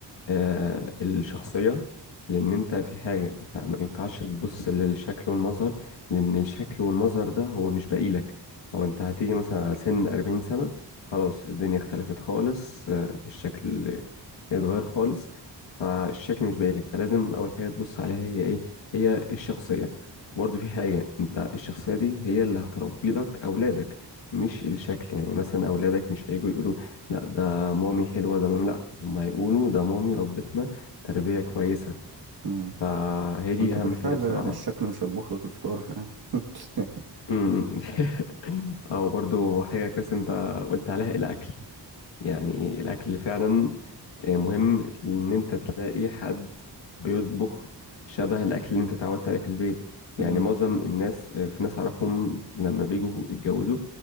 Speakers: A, on the left; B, on the right.
A: آه الشخصية لأن أنت في حاجة أنت ما ينفعش تبص للشكل والمظهر لأن الشكل والمظهر ده هو مش باقي لك هو أنت هتيجي مثلا على سن 40 سنة خلاص الدنيا اختلفت خالص آه الشكل اتغير خالص فالشكل مش باين لك فلازم اول حاجه تبص عليها هي ايه هي الشخصيه برضه في حاجه انت الشخصيه دي هي اللي هتربي لك اولادك مش الشكل يعني مثلا اولادك مش هيجوا يقولوا لا ده مامي حلوه ده مامي لا هم هيقولوا ده مامي ربتنا تربيه كويسه
B: <coughs>
A: فهي دي
B: انت
A: اهم
B: بالفعل
A: حاجه بصراحه
B: يعني الشكل مش هيطبخ لك الفطار فاهم <laughs>
A: أمم. <laughs> او برضو حاجه كويسه انت قلت عليها الاكل يعني الاكل فعلا آه، مهم ان انت تلاقي حد بيطبخ شبه الاكل اللي انت اتعودت عليه في البيت يعني
B: امم
A: معظم الناس آه، في ناس اعرفهم لما بيجوا يتجوزوا